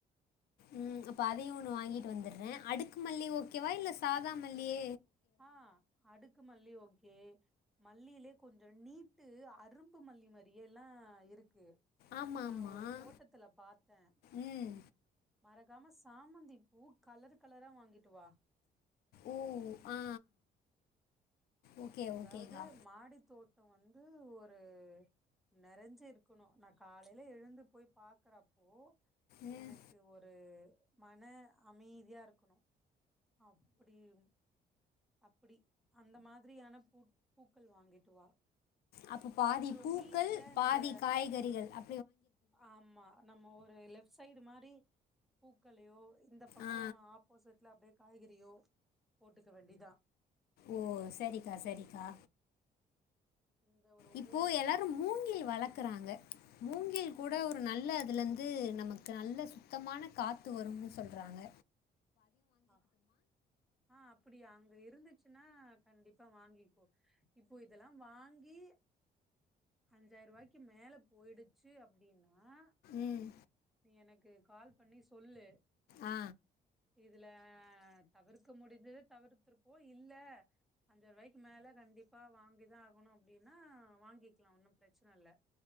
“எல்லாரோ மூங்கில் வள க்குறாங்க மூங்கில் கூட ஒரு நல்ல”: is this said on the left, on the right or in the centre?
Left